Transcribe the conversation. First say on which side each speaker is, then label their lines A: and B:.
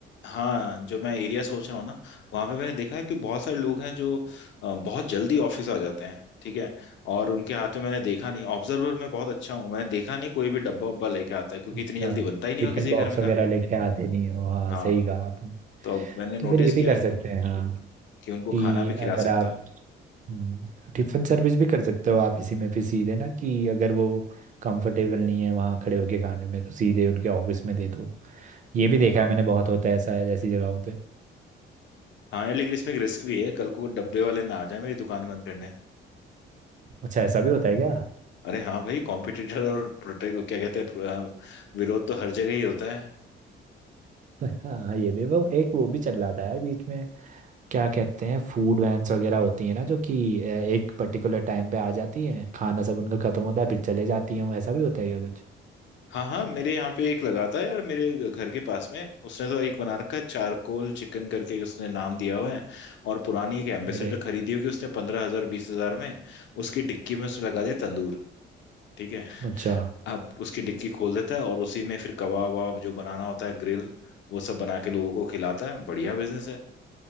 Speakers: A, on the left (about 65°); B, on the right (about 40°).
A: हाँ जो मैं एरिया सोच रहा हूँ ना वहाँ पे मैंने देखा है कि बहुत सारे लोग हैं जो अ, बहुत जल्दी ऑफिस आ जाते हैं ठीक है और उनके हाथ में मैंने देखा नहीं ऑब्जर्वर में बहुत अच्छा हूँ मैंने देखा नहीं कोई भी डब्बा उब्बा लेके आता है क्योंकि
B: अच्छा
A: इतनी जल्दी बनता ही नहीं
B: टिफिन
A: हो किसी
B: बॉक्स
A: के घर में खाना
B: वगैरह लेके आते नहीं हो हाँ
A: हाँ
B: सही कहा आपने
A: तो अब मैंने नोटिस
B: तो फिर ये भी
A: किया
B: कर
A: है
B: सकते हैं हाँ
A: कि उनको
B: कि
A: खाना भी खिला
B: अगर
A: सकते
B: आप
A: हैं
B: हम्म टिफिन सर्विस भी कर सकते हो आप इसी में फिर सीधे ना कि अगर वो कंफर्टेबल नहीं है वहाँ खड़े होके खाने में तो सीधे उनके ऑफिस में दे दो ये भी देखा है मैंने बहुत होता है ऐसा है ऐसी जगहों पे
A: हाँ यार लेकिन इसमें एक रिस्क भी है कल को डब्बे वाले ना आ जाए मेरी दुकान बंद करने
B: अच्छा ऐसा भी होता है क्या
A: अरे हाँ भाई कॉम्पिटिटर और प्रोटेक्ट क्या कहते हैं अ, विरोध तो हर जगह ही होता है
B: <laughs> हाँ ये भी वो एक वो भी चल रहा था यार बीच में क्या कहते हैं फूड वैन्स वगैरह होती है ना जो कि अ, एक पर्टिकुलर टाइम पे आ जाती हैं खाना सब उनका खत्म होता है फिर चले जाती हैं वो ऐसा भी होता है क्या कुछ
A: हाँ हाँ मेरे यहाँ पे एक लगा था यार मेरे घर के पास में उसने तो एक बना रखा है चारकोल चिकन करके उसने नाम दिया हुआ है और पुरानी एक एम्बेसडर
B: मेरे
A: खरीदी होगी उसने पंद्रह हजार बीस हजार में उसकी डिक्की में उसने लगा दिया तंदूर ठीक है
B: अच्छा
A: अब उसकी डिक्की खोल देता है और उसी में फिर कबाब वबाब जो बनाना होता है ग्रिल वो सब बना के लोगों को खिलाता है बढ़िया बिजनेस है